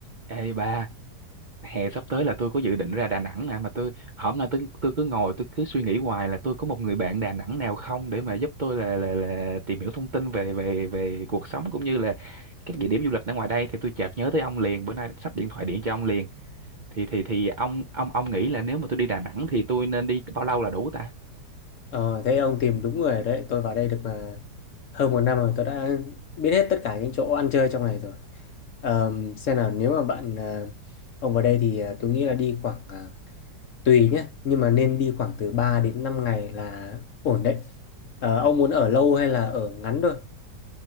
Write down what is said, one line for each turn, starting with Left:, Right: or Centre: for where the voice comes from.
Right: Ê ba, hè sắp tới là tôi có dự định ra Đà Nẵng nè mà tôi hôm nay tôi tôi cứ ngồi tôi cứ suy nghĩ hoài là tôi có một người bạn Đà Nẵng nào không để mà giúp tôi là là là tìm hiểu thông tin về về về cuộc sống cũng như là các địa điểm du lịch ở ngoài đây thì tôi chợt nhớ tới ông liền bữa nay sắp điện thoại điện cho ông liền thì thì thì ông ông ông nghĩ là nếu mà tôi đi Đà Nẵng thì tôi nên đi bao lâu là đủ ta?
Left: Ờ, thế ông tìm đúng người rồi đấy. Tôi vào đây được mà hơn một năm rồi. Tôi đã biết hết tất cả những chỗ ăn chơi trong này rồi. Ờm, xem nào, nếu mà bạn à, ông vào đây thì à, tôi nghĩ là đi khoảng à, tùy nhé. Nhưng mà nên đi khoảng từ 3 đến 5 ngày là ổn đấy. Ờ, ông muốn ở lâu hay là ở ngắn thôi?